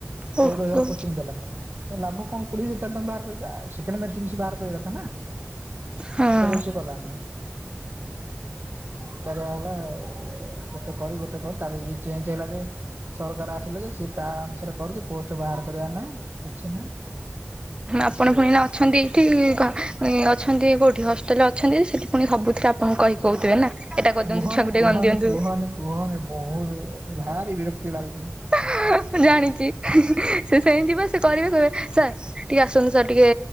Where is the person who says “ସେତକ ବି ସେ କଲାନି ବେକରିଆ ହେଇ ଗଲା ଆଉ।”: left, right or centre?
Right